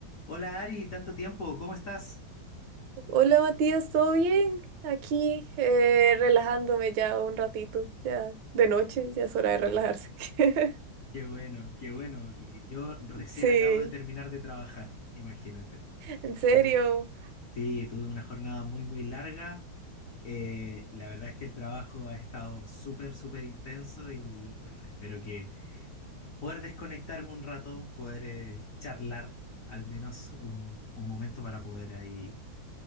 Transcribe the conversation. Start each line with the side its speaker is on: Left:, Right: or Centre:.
Left: Hola Ari, tanto tiempo, ¿cómo estás?
Right: Hola Matías, ¿todo bien? Aquí eh, relajándome ya un ratito, ya de noche, ya es hora de relajarse. <laughs>
Left: Qué bueno, qué bueno. que Yo recién
Right: Sí,
Left: acabo de terminar de trabajar, imagínate.
Right: en serio,
Left: Tenía- Sí, tuve una jornada muy, muy larga. eh, la verdad es que el trabajo ha estado súper, súper intenso y bueno, espero que poder desconectarme un rato, poder eh, charlar al menos un, un momento para poder ahí